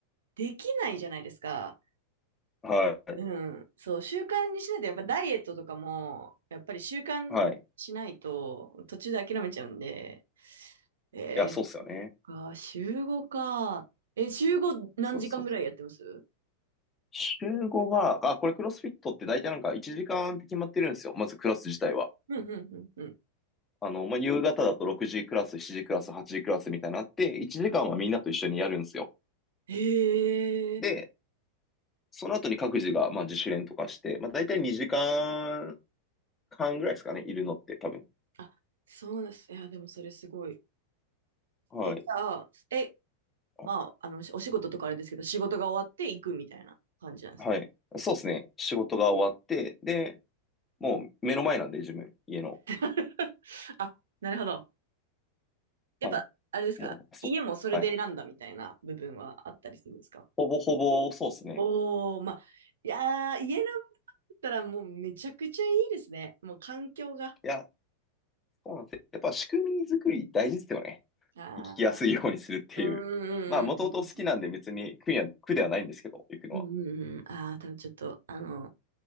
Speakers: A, on the right; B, on the left.
A: できないじゃないですか。
B: は
A: うん。そう、習慣にしないと、やっぱダイエットとかも、やっぱり習慣しないと、
B: い。はい。い
A: 途中で諦めちゃうんで、えー、
B: や、そうっすよね。
A: か、週5か。え、週5何時間ぐらいやってます
B: そうそう。週5が、あ、これクロスフィットって大体なんか1時間って決まってるんですよ。まずクラス自体は。
A: うんうんうんうん。
B: あの、まあ、夕方だと6時クラス、7時クラス、8時クラスみたいになのあって、1時間はみんなと一緒にやるんですよ。
A: うんへえ。
B: で、その後に各自が、まあ、自主練とかして、まあ、大体2時半ぐらいですかね、いるのって多分。
A: あ、そうなんです。いや、でもそれすごい。
B: はい。
A: え、じゃあ、え、
B: あ
A: まあ、あの、お仕事とかあれですけど、仕事が終わって行くみたいな感じなんですか
B: はい。そうですね。仕事が終わって、で、もう目の前なんで、自分、家の。
A: <laughs> あなるほど。やっぱ、
B: は
A: あれですか家もそれで選んだみたいな部分はあったりするんですか
B: い。もう、そう。はい。ほぼほぼ、そうですね。
A: おー、まあ、いやー、家なんだったらもうめちゃくちゃいいですね。もう環境が。
B: いや、そうなんですよ。やっぱ仕組み作り大事ですよね。
A: あ
B: 生きやすいようにするっていう。
A: ー、うんうんうんうん。
B: <laughs> まあ、もともと好きなんで別に苦には、苦ではないんですけど、行くのは。
A: うんうんうん。ああ多分ちょっと、あの、